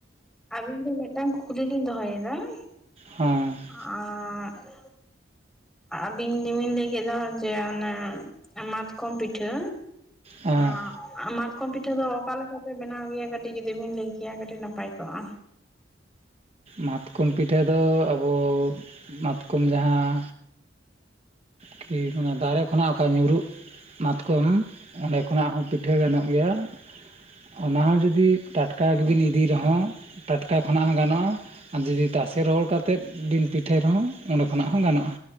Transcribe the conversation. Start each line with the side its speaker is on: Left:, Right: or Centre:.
Centre: ᱟᱵᱤᱱ ᱴᱷᱮᱱ ᱢᱤᱫᱴᱟᱝ ᱠᱩᱠᱞᱤ ᱞᱤᱧ ᱫᱚᱦᱚᱭᱮᱫᱟ ᱾
Right: ᱦᱮᱸ ᱾
Centre: <inaudible> ᱟᱹᱵᱤᱱ ᱫᱚᱵᱤᱱ ᱞᱟᱹᱭ ᱠᱮᱫᱟ ᱡᱮ ᱚᱱᱮ ᱢᱟᱛᱠᱚᱢ ᱯᱤᱴᱷᱟᱹ
Right: ᱦᱮᱸ
Centre: <inaudible> ᱢᱟᱛᱠᱚᱢ ᱯᱤᱴᱷᱟᱹ ᱫᱚ ᱚᱠᱟ ᱞᱮᱠᱟ ᱯᱮ ᱵᱮᱱᱟᱣ ᱜᱮᱭᱟ, ᱠᱟᱹᱴᱤᱡ ᱡᱩᱫᱤ ᱵᱤᱱ ᱞᱟᱹᱭ ᱠᱮᱭᱟ ᱠᱟᱹᱴᱤᱡ ᱱᱟᱯᱟᱭ ᱠᱚᱜᱼᱟ᱾
Right: ᱢᱟᱛᱠᱚᱢ ᱯᱤᱴᱷᱟᱹ ᱫᱚ ᱟᱵᱚ ᱢᱟᱛᱠᱚᱢ ᱡᱟᱦᱟᱸ ᱠᱤ ᱚᱱᱟ ᱫᱟᱨᱮ ᱠᱷᱚᱱᱟᱜ ᱚᱠᱟ ᱧᱩᱨᱩᱜ ᱢᱟᱛᱠᱚᱢ ᱚᱸᱰᱮ ᱠᱷᱚᱱᱟᱜ ᱦᱚᱸ ᱯᱤᱴᱷᱟᱹ ᱜᱟᱱᱚᱜ ᱜᱮᱭᱟ ᱾ ᱚᱱᱟ ᱦᱚᱸ ᱡᱩᱫᱤ ᱴᱟᱴᱠᱟ ᱜᱮᱵᱤᱱ ᱤᱫᱤ ᱨᱮᱦᱚᱸ ᱴᱟᱴᱠᱟ ᱠᱷᱚᱱᱟᱜ ᱦᱚᱸ ᱜᱟᱱᱚᱜᱼᱟ᱾ ᱟᱨ ᱡᱩᱫᱤ ᱛᱟᱥᱮ ᱨᱚᱦᱚᱲ ᱠᱟᱛᱮᱫ ᱵᱤᱱ ᱯᱤᱴᱷᱟᱹᱭ ᱨᱮᱦᱚᱸ ᱚᱸᱰᱮ ᱠᱷᱚᱱᱟᱜ ᱦᱚᱸ ᱜᱟᱱᱚᱜᱼᱟ᱾